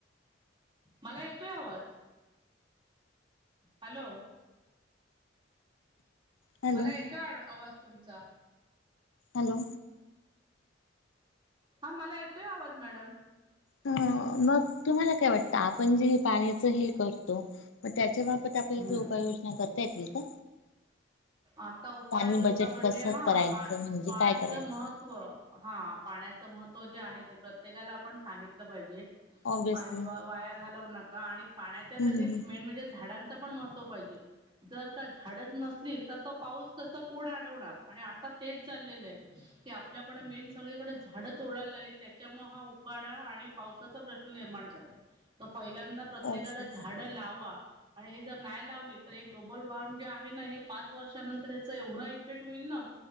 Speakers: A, on the right (about 25°); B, on the left (about 80°).
A: मला येतोय आवाज हॅलो.
B: हॅलो
A: मला येतोय एड आवाज तुमचा
B: हॅलो.
A: हा मला येतोय आवाज मॅडम
B: हं मग तुम्हाला काय वाटतं आपण जे पाण्याच हे करतो म त्या जेव्हा आपत्तीबाबत आपल्याला
A: हम्म
B: काही उपाययोजना करता येतील का?
A: आता उपाययोजना
B: पाणी बजेट
A: म्हणजे
B: कसं
A: हा
B: करायचं
A: पाणीच
B: म्हणजे काय करायचं
A: महत्व हा पाण्या पाण्याच महत्व जे आहे ते प्र प्रत्येकाला आपण सांगितलं पाहिजे.
B: ऑब्विसली
A: पाणी वाया घालवू नका आणि पाण्याच्या
B: हम्म
A: साठि मेन म्हणजे झाडांच पण महत्त्व पाहिजे जर का झाडच नसली तर, तो पाऊस कस कोण अडवणार, आणि आता तेच चाललेलं आहे की आपल्याकड मेन सगळीकडे झाड तर तोडायला लागलीत त्याच्यामुळे हा उकाडा आणि पावसाचा प्रश्न निर्माण झालाय. तो पहिल्यांदा प्रत्येकाला
B: ऑब्विसली
A: झाडं लावा! आणि हे जर न्याय लावली तर हे ग्लोबल वॉर्म जे आहे ना हे पाच पाच वर्षानंतर याचा एवढा इफेक्ट होईल ना,